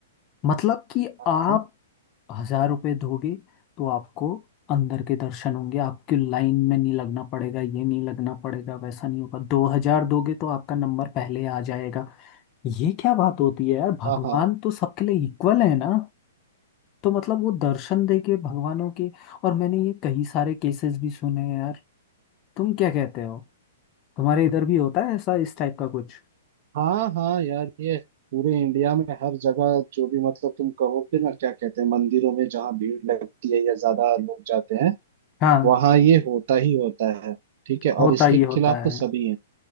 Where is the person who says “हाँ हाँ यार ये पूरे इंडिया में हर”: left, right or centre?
Right